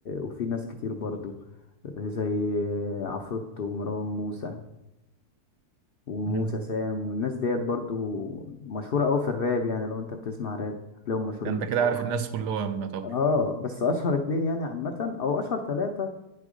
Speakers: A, on the left; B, on the right.
A: وفي ناس كتير برضو زي عفروتو ومروان موسى وموسى
B: مم.
A: سام والناس ديت برضو مشهورة أوي في الراب يعني لو انت بتسمع راب تلاقيهم مشهورين
B: ده انت
A: بس
B: كده
A: هم
B: عارف الناس كلهم يا طب
A: اه بس اشهر اتنين يعني عامة او اشهر تلاتة